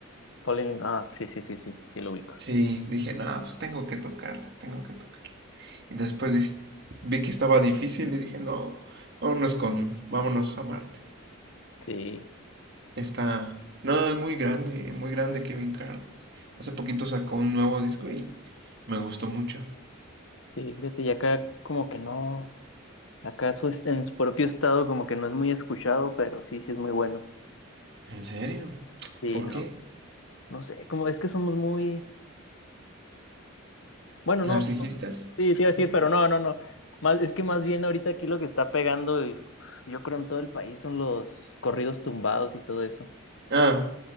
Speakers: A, on the left; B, on the right.
A: Colin, ah, sí, sí, sí, sí, sí lo ubico.
B: Sí, dije, no, pues tengo que tocarla, tengo que tocarla. Y después vi que estaba difícil y dije, no, vámonos con, vámonos a Marte.
A: Sí,
B: Está, no, es muy grande, muy grande Kevin Carl. Hace poquito sacó un nuevo disco y me gustó mucho.
A: sí, fíjate, y acá como que no, acá su est- en su propio estado como que no es muy escuchado, pero sí, sí es muy bueno.
B: ¿En serio?
A: Sí,
B: ¿Por
A: no,
B: qué?
A: no sé, como es que somos muy, bueno, no,
B: ¿Narcisistas?
A: sí, te iba a decir, pero no, no, no, más, es que más bien ahorita aquí lo que está pegando, y, yo creo en todo el país son los corridos tumbados y todo eso.
B: Ah,